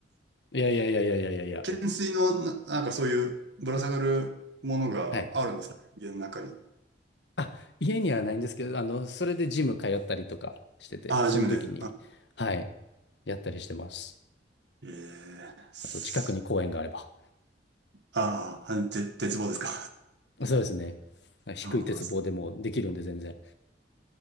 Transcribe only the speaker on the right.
<laughs> 懸垂の、な、なんかそういうぶら下がるものがああるんですか家の中に。
ああ、
ジムで。
ええす
ああ、ぜ、絶望ですか。
<laughs>
うんあ